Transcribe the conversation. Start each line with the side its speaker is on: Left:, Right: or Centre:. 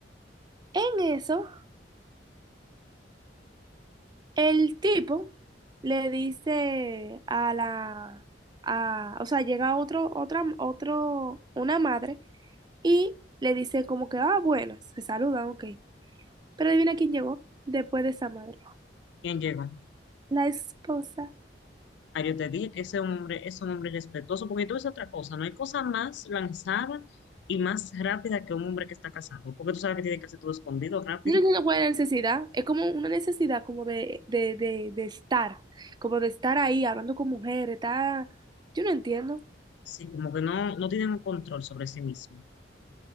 Right: en eso el tipo le dice a la, a, o sea, llega otro, otra, otro, una madre y le dice como que, ah, bueno se saludan, ok. Pero adivina quién llegó después de esa madre,
Left: quien llegó.
Right: la esposa.
Left: Ah, yo te dije que ese hombre es un hombre respetuoso, porque tú es otra cosa, no hay cosa más lanzada y más rápida que un hombre que está casado, porque tú sabes que tiene que hacer todo escondido, rápido.
Right: Yo no entiendo cuál es una buena necesidad, es como una necesidad como de, de, de, de estar, como de estar ahí hablando con mujeres, está, yo no entiendo.
Left: Sí, como que no, no tienen un control sobre sí mismo.